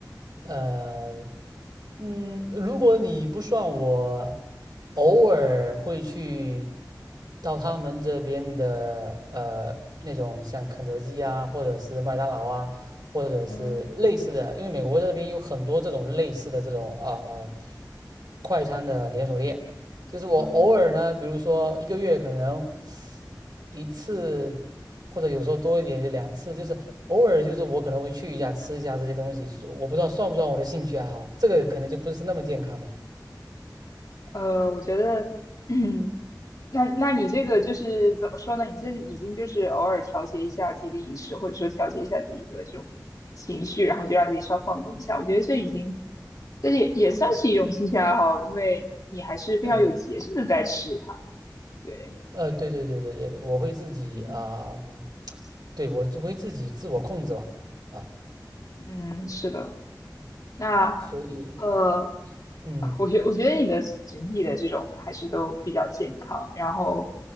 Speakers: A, on the right (about 70°); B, on the left (about 55°).
A: 呃，嗯，如果你不算我，偶尔会去到他们这边的呃那种像肯德基啊，或者是麦当劳啊，或者是类似的，
B: <laughs> 嗯
A: 因为美国这边有很多这种类似的这种啊呃快餐的连锁店。就是我偶尔呢，
B: 嗯。
A: 比如说一个月可能一次，或者有时候多一点就两次，就是偶尔就是我可能会去一下吃一下这些东西，我不知道算不算我的兴趣爱好，这个可能就不是那么健康吧。
B: 呃，我觉得，嗯，那那你这个就是怎么说呢？你这已经就是偶尔调节一下自己的饮食，或者说调节一下自己的这种情绪，然后就让自己稍放纵一下。我觉得这已经，这也也算是一种兴趣爱好，因为你还是非常有节制的在吃它。
A: 嗯，
B: 对，
A: 呃，对对对对对，我会自己啊，
B: 嗯，
A: 嗯对，我就会自己自我控制吧，啊，
B: 嗯，是的。那
A: 所以，
B: 呃，
A: 嗯
B: 我觉我觉得你的整体的这种还是都比较健康，然后